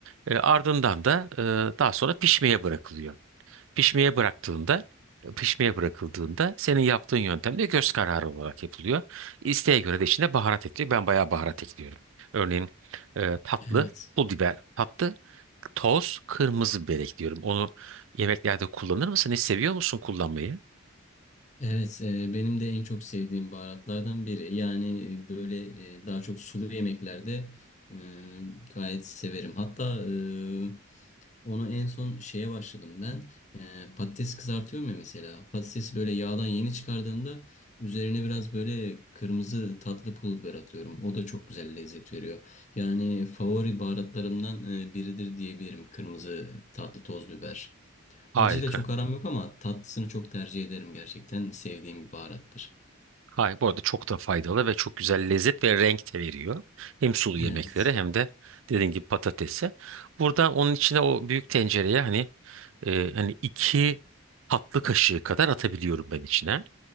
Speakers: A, on the right (about 65°); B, on the left (about 35°).
A: E, ardından da e, daha sonra pişmeye bırakılıyor. Pişmeye bıraktığında, pişmeye bırakıldığında senin yaptığın yöntemde göz kararı olarak yapılıyor. İsteğe göre de içine baharat ekliyor. Ben bayağı baharat ekliyorum. Örneğin e, tatlı,
B: Evet.
A: pul biber, tatlı, toz, kırmızı biber ekliyorum. Onu yemeklerde kullanır mısın? Hiç seviyor musun kullanmayı?
B: Evet, e, benim de en çok sevdiğim baharatlardan biri. Yani e, böyle e, daha çok sulu yemeklerde e, gayet severim. Hatta e, onu en son şeye başladım ben. E, patates kızartıyorum ya mesela. Patatesi böyle yağdan yeni çıkardığımda üzerine biraz böyle kırmızı tatlı pul biber atıyorum. O da çok güzel lezzet veriyor. Yani favori baharatlarımdan e, biridir diyebilirim kırmızı tatlı toz biber.
A: Harika.
B: Acıyla çok aram yok ama tatlısını çok tercih ederim gerçekten. Sevdiğim bir baharattır.
A: Hayır, bu arada çok da faydalı ve çok güzel lezzet ve renk de veriyor. Hem sulu
B: Evet.
A: yemeklere hem de dediğin gibi patatese. Burada onun içine o büyük tencereye hani E, hani iki tatlı kaşığı kadar atabiliyorum ben içine.